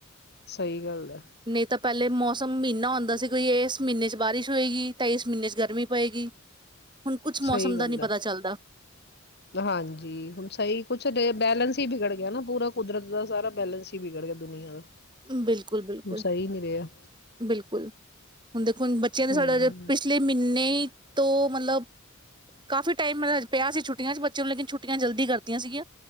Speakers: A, on the left; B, on the right.
A: ਸਹੀ ਗੱਲ ਹੈ
B: ਨਹੀਂ ਤਾਂ ਪਹਿਲੇ ਮੌਸਮ। ਤਾਂ ਮਹੀਨਾ ਆਉਂਦਾ ਸੀ ਕੋਈ ਇਸ ਮਹੀਨੇ ਚ ਬਾਰਿਸ਼ ਹੋਏਗੀ ਤਾਂ ਇਸ ਮਹੀਨੇ ਚ ਗਰਮੀ ਪਏਗੀ। ਹੁਣ ਕੁਛ ਮੌਸਮ
A: ਸਹੀ
B: ਦਾ
A: ਗੱਲ
B: ਨੀ ਪਤਾ
A: ਹੈ
B: ਚੱਲਦਾ।
A: ਹਾਂਜੀ ਹੁਣ ਸਹੀ ਕੁਛ ਬੈਲੇੈਂਸ ਹੀ ਬਗੜ ਗਿਆ ਨਾ ਪੂਰਾ ਕੁਦਰਤ ਦਾ ਸਾਰਾ ਬੈਲੈਂਸ ਹੀ ਬਗੜ ਗਿਆ ਦੁਨੀਆਂ ਦਾ।
B: ਬਿਲਕੁਲ ਬਿਲਕੁਲ।
A: ਹੁਣ ਸਹੀ ਨਹੀਂ ਰਿਹਾ
B: ਬਿਲਕੁਲ ਹੁਣ ਦੇਖੋ। ਹੁਣ ਬੱਚਿਆਂ ਦੇ ਸਾਡਾ
A: ਹਮ
B: ਹਜੇ ਪਿਛਲੇ ਮਹੀਨੇ ਤੋਂ ਮਤਲਬ। ਕਾਫੀ ਟਾਈਮ ਮਤਲਬ ਪਿਆ ਸੀ ਛੁੱਟੀਆਂ ਚ ਬੱਚਿਆਂ ਨੂੰ ਲੇਕਿਨ ਛੁੱਟੀਆਂ ਜਲਦੀ ਕਰਤੀਆਂ ਸੀਗੀਆਂ